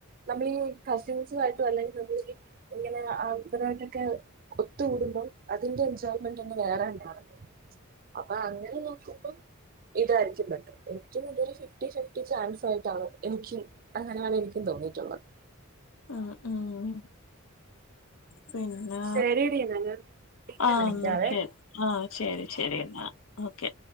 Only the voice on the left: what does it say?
ആ ഉം പിന്നെ
ആ
എന്നാ ശരി ആ ശരി ശരി എന്നാ. ഓക്കെ